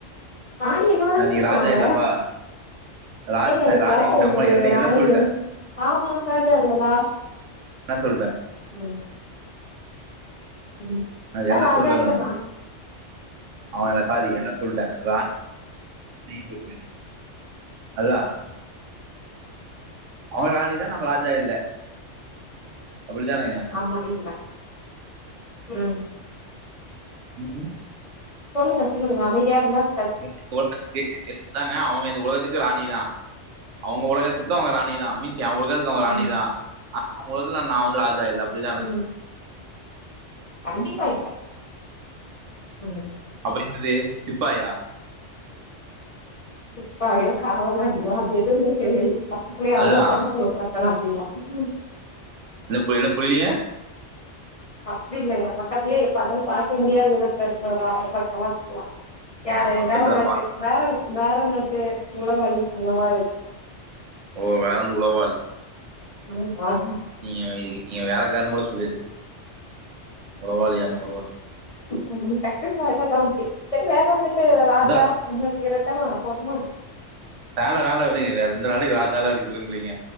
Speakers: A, on the left (about 40°); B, on the right (about 80°).
A: ராணி என்ன வேணாலு
B: அஹ் நீங்க
A: பேசுவாங்க
B: ராஜா இல்லப்பா ராஜ்
A: ஏங்க
B: சாரி
A: இப்போ
B: ராணி இல்ல,
A: ஒரு
B: நம்ம என்ன
A: ராணி
B: என்ன சொல்லிட்டேன்
A: வேணு ஆமா ராஜா இல்லையா
B: நா சொல்றே
A: ம் ம்
B: நான்
A: அதா
B: என்ன
A: ராஜா
B: சொல்லிட்டேன்
A: இல்லதா
B: நானு அவன் என்ன சாரி என்ன சொல்லிட்ட ராணி பி ஜே பீ அதா அவுங்க ராணிதா நம்ம ராஜா இல்ல அப்டித்தானங்க
A: ஆமா இல்ல ம்
B: ம்
A: சொல்லுங்க சொல்லுங்க அமைதியா இருந்தால்
B: <unintelligible> இந்தாங்க அவுங்க இந்த உலகத்துக்கு ராணி தா அவுங்க உலகத்து அவுங்க ராணிதா மின்ஸ் அவுங்க உலகத்துக்கு அவுங்க ராணி
A: ம்,
B: தா அவுங்க உலகத்துல நா வந்து ராஜா இல்ல அப்டிதான
A: ம் கண்டிப்பா வைக்கிறே ம்
B: அப்டி என்னது சிப்பாய்யா
A: சிப்பாயோ காவலாலியோ அது எது தெரியாது பக்கத்திலே
B: அதுதா
A: அலோ பண்ணாதீங்கப்பா அப்பனா வைச்சிகிலா ம்
B: என்ன புரில என்ன புரிலிங்க
A: அப்டி இல்லைங்க பக்கத்துலயே பாத்தாலுமே பாக்க முடியாத தூரத்துல இருக்கிற ஒரு ஆள வேலைக்கு வேணா வச்சிக்குலா
B: ஓ
A: யார
B: பக்கத்துல
A: வேற நாட்டு
B: பா
A: வேற வேறநாட்டு உழவாளி அந்த மாரி
B: ஓ வேறண்டு உழைவாளி
A: ஓ பாட்டி
B: நீங்க இதுக்கு நீங்க வேலைக்காரன்னு கூட சொல்லிருக்கலா ஆ உழவாளியாவு
A: ட்க்குன்னு வாயில அதா வந்துச்சு செரி வேற நாட்டு ராஜா
B: அதா
A: உங்கள அடிச்சுக்க ரெட்டமா போதுமா
B: வேல வேல விடுங்க வேற இந்த வேலைக்கு ராஜாவா இருக்க விரும்பிலிங்க